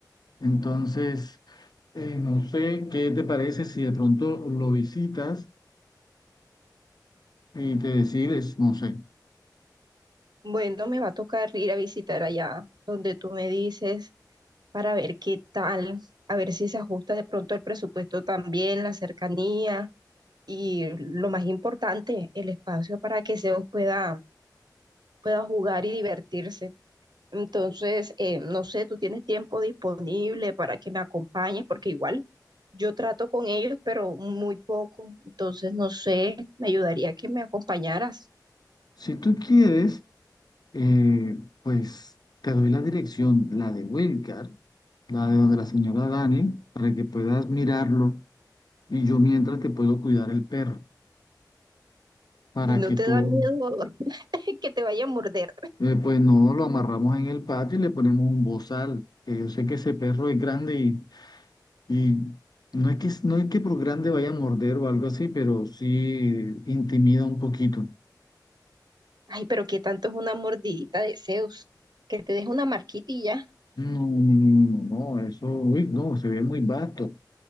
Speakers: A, on the left; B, on the right.
A: Entonces, eh, no sé qué te parece si de pronto lo visitas y te decides, no sé.
B: bueno, me va a tocar ir a visitar allá donde tú me dices para ver qué tal, a ver si se ajusta de pronto el presupuesto también, la cercanía y lo más importante, el espacio para que Zeus pueda, pueda jugar y divertirse. Entonces, eh, no sé, tú tienes tiempo disponible para que me acompañes, porque igual yo trato con ellos, pero muy poco. Entonces, no sé, me ayudaría que me acompañaras
A: Si tú quieres, eh, pues te doy la dirección, la de Wilcar, la de donde la señora Dani, para que puedas mirarlo Y yo mientras te puedo cuidar el perro, para
B: y no
A: que
B: te
A: tú,
B: da miedo <laughs> que te vaya a morder.
A: eh, pues no lo amarramos en el patio y le ponemos un bozal, que yo sé que ese perro es grande y, y no es que, no es que por grande vaya a morder o algo así, pero sí intimida un poquito.
B: Ay, pero qué tanto es una mordidita de Zeus, que te deje una marquita y ya.
A: No, no, no, no, no, eso, uy, no, se ve muy vasto.